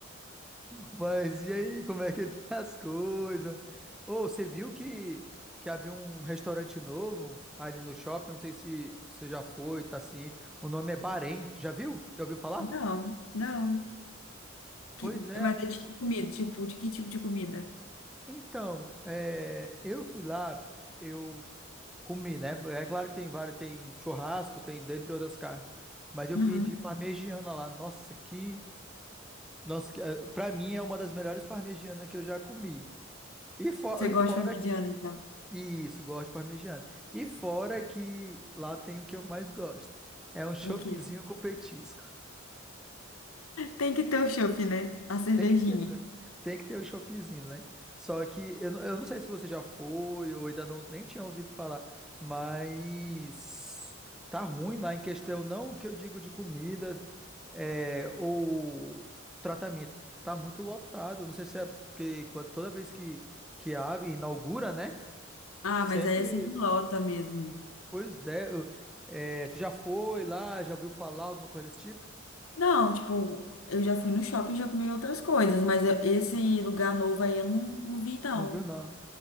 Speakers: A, in the centre; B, on the left.
A: Mas e aí, como é que tá <laughs> as coisas? Ô, você viu que, que abriu um restaurante novo ali no shopping? Não sei se você já foi, tá ciente. O nome é Bahrein. Tu já viu? Já ouviu falar?
B: Não, não.
A: Pois
B: Que-
A: é.
B: mas é de que comida? Tipo, de que tipo de comida?
A: Então, é, eu fui lá, eu comi, né? É claro que tem vários, tem churrasco, tem dentre outras carnes. Mas eu
B: Uhum.
A: pedi parmegiana lá. Nossa, que. Nossa, que, eh, pra mim é uma das melhores parmegianas que eu já comi. E, fo-
B: Você
A: e
B: gosta
A: fora
B: de mediana, então?
A: Isso, gosto de parmegiana. E fora que lá tem o que eu mais gosto. É um choppzinho
B: O quê?
A: com petisco.
B: Tem que ter o chopp, né? A cervejinha.
A: Tem que ter, cho- tem que ter o choppzinho, né? Só que eu, não- eu não sei se você já foi ou ainda não, nem tinha ouvido falar, mas tá ruim lá em questão, não que eu digo de comidas é, ou tratamento. Tá muito lotado. Não sei se é porque quando- toda vez que, que abre, inaugura, né?
B: Ah,
A: Sempre.
B: mas aí é sempre lota mesmo.
A: Pois é, eu- é, tu já foi lá, já ouviu falar alguma coisa desse tipo?
B: Não, tipo, eu já fui no shopping e já comi outras coisas, mas eu- esse lugar novo aí eu não, não vi, não.
A: Não viu, não.